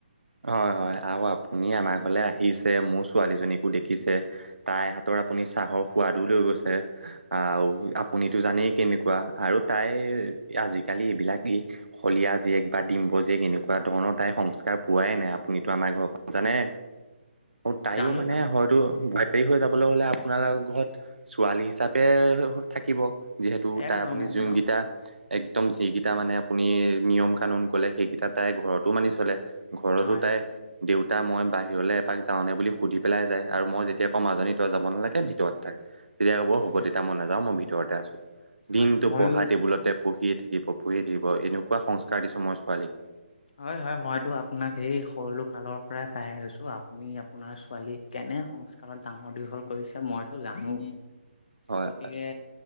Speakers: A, on the right; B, on the left.
A: হয়-হয় আৰু আপুনি আমাৰ ঘৰলে আহিছে মোৰ ছোৱালীজনীকো দেখিছে। তাই হাতৰ আপুনি চাহৰ সোৱাদো লৈ গৈছে আহ আপুনিতো জানেই কেনেকুৱা। আৰু তাইৰ আজিকালি এইবিলাক শলিয়া জীয়েক বা ডিম্ব জীয়েক এনেকুৱা ধৰণৰ তাইপ সংস্কাৰ পোৱাই নাই আপুনিতো আমাৰ ঘৰখন জানে আৰু তাইও
B: জানো
A: মানে
B: জানো
A: হয়তো বোৱাৰী হৈ যাব। কবলৈ গ'লে লে আপোনালৰ ঘৰত ছোৱালী হিচাপে থাকিব। যিহেতু
B: একদম
A: তাৰ আপুনি
B: একদম
A: যোনকেইটা একদম যিকেইটা মানে আপুনি নিয়ম কানুন কলে সেইকেইটা তাই ঘৰতো মানি চলে। ঘৰতো
B: হয়
A: তাই দেউ- তা মই বাহিৰলৈ এপাক যাওঁনে বুলি সুধি পেলাই যায় আৰু মই যেতিয়া আকৌ মাজনী তই যাব নালাগে ভিতৰত থাক। তেতিয়া ক'ব
B: হয়
A: হ'ব দেউতা মই নাযাওঁ মই ভিতৰতে আছো
B: হয়
A: দিনটো
B: ময়ো
A: পঢ়া টেবুলতে পঢ়ি থাকিব পঢ়ি থাকিব এনেকুৱা সংস্কাৰ দিছোঁ মই ছোৱালীক।
B: হয় হয় মইতো আপোনাক সেই সৰু কালৰ পৰাই পাই আহিছো আপুনি আপোনাৰ ছোৱালী কেনে কেনে সংস্কাৰত ডাঙৰ দীঘল কৰিছে মইতো জানো
A: হয়
B: গতিকে